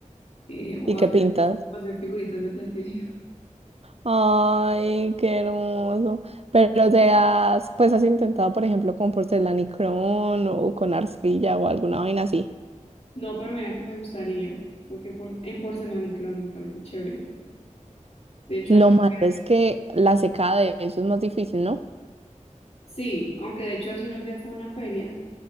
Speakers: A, on the left; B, on the right.
A: eh,
B: <laughs>
A: o
B: ¿Y
A: hacer,
B: qué pintas?
A: o hacer figuritas de plastilina. <laughs>
B: Ay, qué hermoso. Pero te has, pues has intentado, por ejemplo, con porcelanicrón o con arcilla o alguna vaina así.
A: No, pero mira que me gustaría, porque por, en porcelanicrón me parece chévere. De hecho,
B: Lo
A: hace unos
B: malo es
A: días,
B: que la secada de eso es más difícil, ¿no?
A: sí, aunque de hecho hace unos días fue una feria